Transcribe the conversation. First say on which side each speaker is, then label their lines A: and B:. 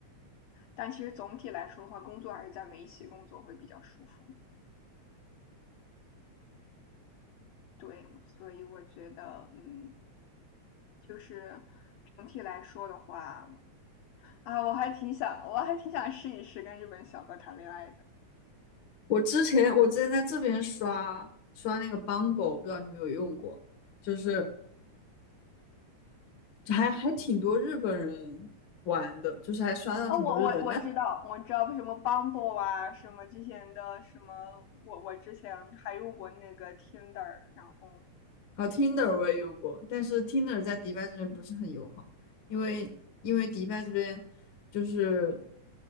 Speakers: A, on the left; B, on the left.
A: 但其实总体来说的话，工作还是在美企工作会比较舒服。对，所以我觉得，嗯，就是整体来说的话，啊，我还挺想，我还挺想试一试跟日本小哥谈恋爱的。
B: 我之前我之前在这边刷刷那个 Bumble，不知道你有没有用过，就是还还挺多日本人玩的，就是还刷到挺多日本人。
A: 啊，哦我我我知道，
B: 但
A: 我知道什么 Bumble 啊，什么之前的什么，我我之前还用过那个 Tinder，然后
B: 哦，Tinder 我也用过，但是 Tinder 在迪拜这边不是很友好，因为因为迪拜这边就是